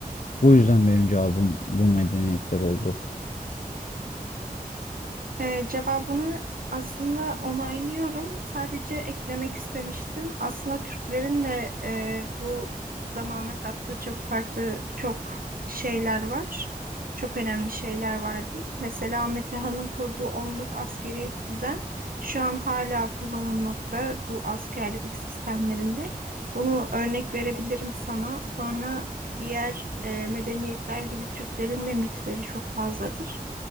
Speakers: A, on the left; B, on the right.
A: Bu yüzden benim cevabım bu medeniyetler oldu.
B: Ee, cevabını aslında onaylıyorum. Sadece eklemek istemiştim. Aslında Türklerin de e, bu zamana kattığı çok farklı çok şeyler var. Çok önemli şeyler var diyeyim. Mesela Metehan'ın kurduğu onluk askeri düzen şu an hala kullanılmakta bu askerlik sistemlerinde. Bunu örnek verebilirim sana. Sonra diğer e, medeniyetler gibi Türklerin de mitleri çok fazladır.